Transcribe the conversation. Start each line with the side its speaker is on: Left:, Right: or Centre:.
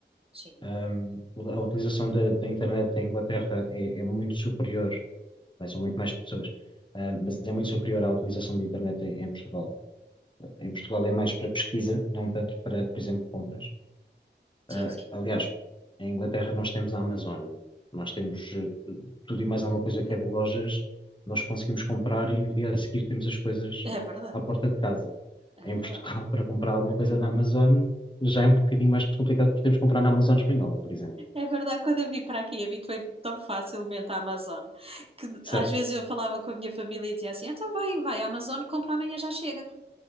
Right: Sim,
Left: Hum, a utilização da, da internet em Inglaterra é, é muito superior, bem, são muito mais pessoas, eh, mas é muito superior à utilização da internet em, em Portugal. Em Portugal é mais para pesquisa, não tanto para, por exemplo, compras.
Right: sim,
Left: Ah,
Right: sim.
Left: aliás, em Inglaterra nós temos a Amazon, nós temos eh, tu- tudo e mais alguma coisa
Right: <laughs>
Left: que é de lojas, nós conseguimos comprar e no dia a seguir temos as coisas
Right: É verdade.
Left: à porta de casa.
Right: É
Left: Em
Right: verdade.
Left: Portugal, <laughs> para comprar alguma coisa na Amazon, já é um bocadinho mais complicado porque temos que comprar na Amazon espanhola, por exemplo.
Right: É verdade, quando eu vim para aqui, habituei-me tão facilmente à Amazon que às
Left: Certo?
Right: vezes eu falava com a minha família e dizia assim: então vai, vai à Amazon, compra amanhã, já chega.